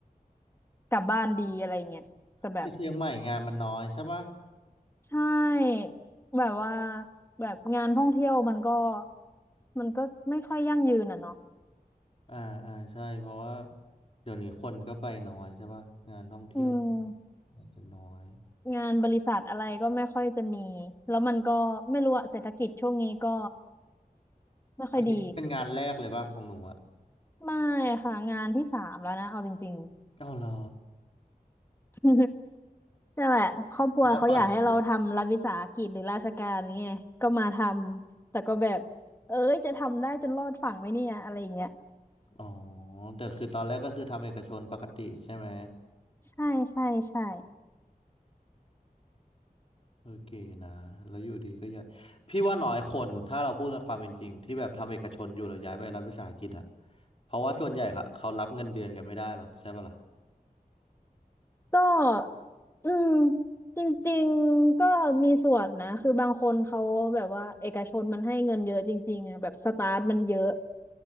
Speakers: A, on the left; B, on the left.
A: กลับบ้านดีอะไรเงี้ยแต่แบบ
B: ที่เชียงใหม่งานมันน้อยใช่ปะ
A: ใช่แบบว่าแบบงานท่องเที่ยวมันก็มันก็ไม่ค่อยยั่งยืนอ่ะเนาะ
B: อ่าอ่าใช่เพราะว่าเดี๋ยวนี้คนก็ไปน้อยใช่ป่ะงานท่องเที่ยว
A: อืม
B: อาจจะน้อย
A: งานบริษัทอะไรก็ไม่ค่อยจะมี แล้วมันก็ไม่รู้อะเศรษฐกิจช่วงนี้ก็ไม่ค่อยดี
B: อันนี้เป็นงานแรกเลยป่ะของหนูอะ
A: ไม่ค่ะงานที่สามแล้วนะเอาจริง
B: อ๋อเหรอ
A: ๆ <laughs> นั่นแหละครอบครัวเขาอยากให้เราทำรัฐวิสาหกิจหรือราชการนี่ไงก็มาทำแต่ก็แบบเอ้ยจะทำได้จนรอดฝั่งไหมเนี่ยอะไรอย่างเงี้ย
B: แต่ว่าก่อนคืออ๋อแต่คือตอนแรกก็คือทำเอกชนปกติใช่ไหม
A: ใช่ใช่ใช่
B: โอเคนะแล้วอยู่ดีก็ย้ายพี่ว่าน้อยคนถ้าเราพูดกันความเป็นจริงที่แบบทำเอกชนอยู่แล้วย้ายไปรัฐวิสาหกิจอะเพราะว่าส่วนใหญ่ค่ะเขารับเงินเดือนกันไม่ได้หรอกใช่ป่ะล่ะ
A: ก็อืมจริงๆก็มีส่วนนะคือบางคนเขาแบบว่าเอกชนมันให้เงินเยอะจริงๆอะแบบสตาร์ทมันเยอะ